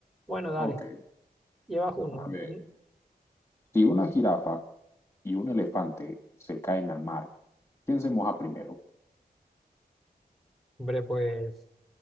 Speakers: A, in the centre; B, on the left.
A: Bueno, dale,
B: ok,
A: llevas uno.
B: a ver.
A: Uni.
B: Si una jirafa y un elefante se caen al mar, ¿quién se moja primero?
A: Hombre, pues.